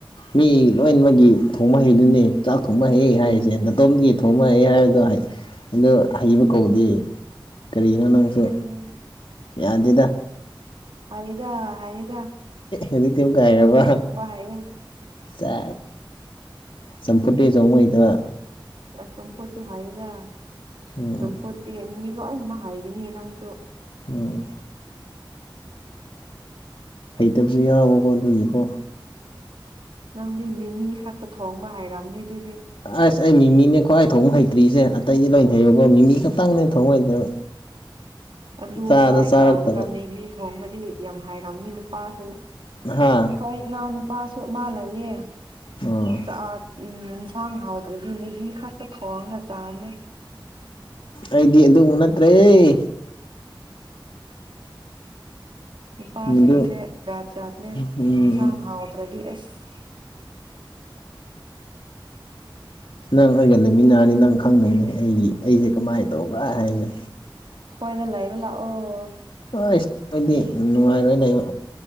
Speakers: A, on the left; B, on the right.
A: ꯃꯤ ꯂꯣꯏꯃꯛꯒꯤ ꯊꯣꯡꯕ ꯍꯩꯗꯨꯅꯦ ꯆꯥꯛ ꯊꯣꯡꯕ ꯍꯩ ꯍꯥꯏꯔꯤꯁꯦ ꯅꯅꯥꯇꯣꯝꯗꯒꯤ ꯊꯣꯡꯕ ꯍꯩ ꯍꯥꯏꯕꯗꯣ ꯑꯗꯨ ꯍꯩꯕ ꯀꯧꯗꯦ ꯀꯔꯤꯅꯣ
B: ꯆꯨꯝꯗꯤ
A: ꯅꯪꯁꯨ
B: ꯆꯨꯝꯃꯦ
A: ꯌꯥꯗꯦꯗ
B: ꯍꯩꯗ ꯍꯩꯗ
A: ꯑꯗꯨꯗꯤꯗꯤꯝ ꯀꯥꯏꯕ
B: ꯍꯩꯌꯦ
A: ꯆ ꯆꯝꯐꯨꯠꯇꯦ ꯆꯉꯩꯗꯕ
B: ꯇꯨꯝ ꯐꯣ ꯆ ꯍꯥꯏꯗ
A: ꯎꯝ
B: ꯆꯝꯐꯨꯔꯗꯤ ꯃꯤ ꯂꯣꯏ ꯑꯃ ꯍꯥꯏꯒꯅꯤ ꯅꯪꯁꯨ
A: ꯎꯝ ꯍꯩꯇꯕꯁꯨ ꯌꯥꯎꯕꯀꯣ ꯑꯗꯨꯒꯤꯀꯣ
B: ꯅꯪꯗꯤ ꯃꯤ ꯃꯤ ꯈꯛꯇ ꯊꯣꯡꯕ ꯍꯥꯏꯔꯝꯅꯤ ꯑꯗꯨ
A: ꯑꯁ ꯑꯩꯃꯤꯅꯦꯅꯤ ꯈꯣꯏ ꯊꯣꯡ ꯍꯩꯇ꯭ꯔꯤꯁꯦ ꯑꯇꯩꯗꯤ ꯂꯣꯏꯅ ꯍꯩꯌꯀꯣ ꯃꯤ ꯃꯤ ꯈꯛꯇꯪꯅꯦ ꯊꯣꯡ ꯍꯩꯇꯕ
B: ꯑꯂꯨ
A: ꯆꯥꯗ
B: ꯐ꯭ꯔꯥꯏ
A: ꯆꯥꯔꯛꯇꯕ
B: ꯇꯥꯎ꯭ꯕꯒ ꯃꯦꯒꯤ ꯊꯣꯡꯕꯗꯤ ꯌꯥꯝ ꯍꯥꯏꯔꯥꯑꯝꯅꯤ ꯅꯨꯄꯥꯁꯤ
A: ꯍꯥ
B: ꯀꯣꯏ ꯉꯅꯥꯎꯅꯤ ꯄꯁꯨ ꯃꯥꯂꯒꯦ
A: ꯑꯣ
B: ꯆ ꯎꯝ ꯌꯦꯟꯁꯥꯡ ꯍꯥꯎꯗ꯭ꯔꯗꯤ ꯅꯦꯒꯤ ꯈꯛꯇ ꯊꯣꯡꯒ ꯆꯥꯕꯅꯦ
A: ꯑꯩꯗꯤ ꯑꯗꯨꯕꯨ ꯅꯠꯇ꯭ꯔꯦꯍ‌ꯦ
B: ꯅꯨꯄꯥꯁꯤꯡꯁꯦ
A: ꯃꯗꯨ
B: ꯖꯥꯠ ꯖꯥꯠꯅꯦ
A: ꯎꯝ
B: ꯌꯦꯟꯁꯥꯡ ꯍꯥꯎꯗ꯭ꯔꯗꯤ ꯑꯁ <unintelligible> ꯑ <unintelligible>
A: ꯅꯪ ꯑꯩꯒ ꯂꯩꯃꯤꯟꯅꯔꯗꯤ ꯅꯪ ꯈꯪꯗꯣꯏꯅꯤꯍ‌ꯦ ꯑꯩꯒꯤ ꯑꯩꯁꯦ ꯀꯃꯥꯏꯅ ꯇꯧꯕ꯭ꯔꯥ ꯍꯥꯏꯁꯦ
B: ꯍꯣꯏꯗ ꯂ ꯑꯩꯕ ꯂꯥꯛ ꯑꯣ
A: ꯑꯩꯁ ꯑꯗꯨꯗꯤ ꯅꯨꯡꯉꯥꯏꯔꯣꯏ ꯂꯩꯕ